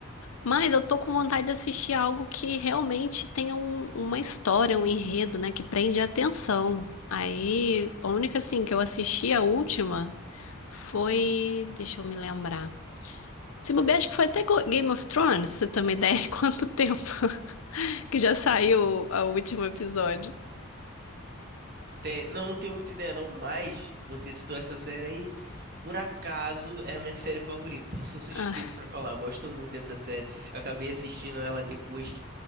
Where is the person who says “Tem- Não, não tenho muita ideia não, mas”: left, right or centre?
Right